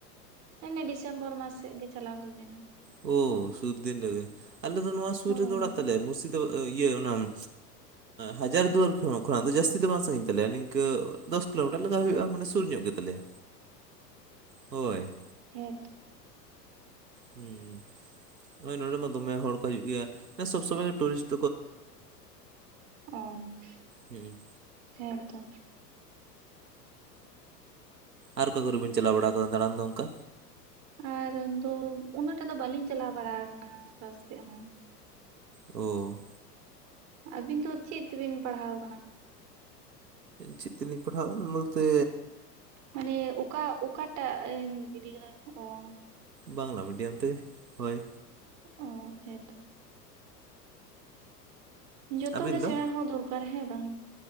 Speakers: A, on the right (about 35°); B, on the right (about 80°).
A: ᱦᱮ ᱱᱮ ᱰᱤᱥᱮᱢᱵᱚᱨ ᱢᱟᱥ ᱥᱮᱜ ᱜᱮ ᱪᱟᱞᱟᱣ ᱦᱩᱭ ᱞᱮᱱᱟ᱾
B: ᱳ ᱥᱩᱨ ᱫᱤᱱ ᱨᱮᱜᱮ ᱟᱞᱮ ᱫᱚ ᱱᱚᱣᱟ ᱥᱩᱨ
A: ᱦᱳᱭ
B: ᱨᱮᱜᱮ ᱚᱲᱟᱜ ᱛᱟᱞᱮ ᱢᱩᱨᱥᱤᱫᱟᱵᱟ ᱤᱭᱟᱹ ᱚᱱᱟᱼᱼ ᱮᱸ ᱦᱟᱡᱟᱨᱤ ᱫᱩᱣᱟᱹᱨ ᱠᱷᱚᱱ ᱠᱷᱚᱜ ᱡᱟᱹᱥᱛᱤ ᱫᱚ ᱵᱟᱝ ᱥᱟᱺᱜᱤᱧ ᱛᱟᱞᱮᱭᱟ ᱱᱤᱝᱠᱟᱹ ᱫᱚᱥ ᱠᱤᱞᱳᱢᱤᱴᱟᱨ ᱞᱮᱠᱟ ᱦᱩᱭᱩᱜ-ᱟ ᱢᱟᱱᱮ ᱥᱚᱼᱼ ᱥᱩᱨ ᱧᱚᱜ ᱜᱮ ᱛᱟᱞᱮᱭᱟ᱾ ᱦᱚᱭ᱾
A: ᱦᱮᱸ ᱛᱚ᱾
B: ᱦᱩᱸ, ᱱᱚᱜ-ᱚᱭ ᱱᱚᱸᱰᱮ ᱢᱟ ᱫᱚᱢᱮ ᱦᱚᱲ ᱠᱚ ᱦᱤᱡᱩᱜ ᱜᱮᱭᱟ ᱢᱟᱱᱮ ᱥᱚᱵᱽ ᱥᱚᱢᱚᱭ ᱜᱮ ᱴᱩᱨᱤᱥᱴᱼᱼ
A: ᱚᱸ
B: ᱦᱩᱸ
A: ᱦᱮᱸ ᱛᱚ᱾
B: ᱟᱨ ᱚᱠᱟ ᱠᱚᱨᱮ ᱵᱤᱱ ᱪᱟᱞᱟᱣ ᱵᱟᱲᱟᱣ ᱠᱟᱫᱟ ᱫᱟᱬᱟᱱ ᱫᱚ ᱚᱱᱠᱟ?
A: ᱟᱨ ᱫᱚ ᱩᱱᱟᱹᱜ ᱴᱟᱜ ᱫᱚ ᱵᱟᱞᱤᱧ ᱪᱟᱞᱟᱣ ᱵᱟᱲᱟ ᱟᱠᱟᱱᱟ ᱚᱠᱟ ᱥᱮᱜ ᱦᱚᱸ᱾
B: ᱳ᱾
A: ᱟᱵᱤᱱ ᱫᱚ ᱪᱮᱜ ᱛᱮᱵᱤᱱ ᱯᱟᱲᱦᱟᱣ ᱠᱟᱱᱟ?
B: ᱪᱮᱫ ᱛᱮᱞᱤᱧ ᱯᱟᱲᱦᱟᱣ ᱚᱱᱟ ᱩᱞᱛᱮᱼᱼ
A: ᱢᱟᱱᱮ ᱚᱠᱟ ᱚᱠᱟ ᱴᱟᱜ ᱮᱱ ᱤᱫᱤ ᱠᱟᱫᱟ ᱠᱚ ᱚᱸ᱾
B: ᱵᱟᱝᱞᱟ ᱢᱤᱰᱤᱭᱟᱢ ᱛᱮ ᱦᱚᱭ᱾
A: ᱚᱸ ᱦᱮᱸ ᱛᱚ᱾ ᱡᱚᱛᱚ
B: ᱟᱹᱵᱤᱱ
A: ᱜᱮ
B: ᱫᱚ
A: ᱥᱮᱬᱟ ᱦᱚᱸ ᱫᱚᱨᱠᱟᱨ ᱦᱮᱸ ᱵᱟᱝ